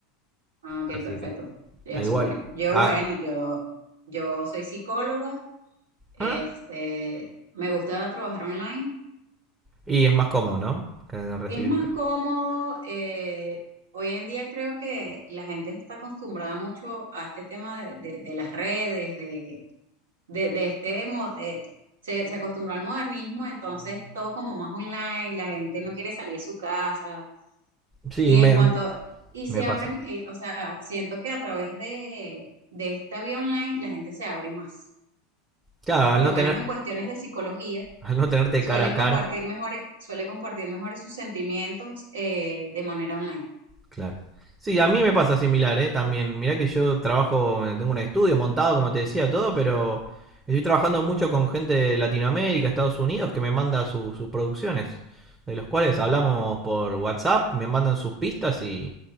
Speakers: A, on the right; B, on the right.
A: Ah, ok,
B: Así
A: perfecto.
B: que,
A: Ya,
B: eh, igual.
A: súper bien. Yo,
B: ah,
A: bueno, yo, yo soy psicóloga. Este,
B: ah,
A: me gusta trabajar online.
B: y es más cómodo, ¿no? Que recibir.
A: Es más
B: gente.
A: cómodo. eh, hoy en día creo que la gente está acostumbrada mucho a este tema de, de de las redes, de de, de este, mo- eh, se, se acostumbró al modernismo, entonces todo como más online, la gente no quiere salir de su casa.
B: Sí,
A: Y en
B: me,
A: cuanto, y
B: me
A: se
B: pasa.
A: abren, eh, o sea, siento que a través de, de esta vía online la gente se abre más,
B: Claro, al
A: por
B: no
A: lo menos
B: tener,
A: en cuestiones de psicología,
B: al no tenerte
A: suelen
B: cara a cara,
A: compartir mejores, suele compartir mejores sus sentimientos eh, de manera online.
B: Claro. Sí, a mí me pasa similar, ¿eh? También. Mirá que yo trabajo, eh, tengo un estudio montado, como te decía, todo, pero estoy trabajando mucho con gente de Latinoamérica, Estados Unidos, que me manda su- sus producciones, de los cuales hablamos por WhatsApp, me mandan sus pistas y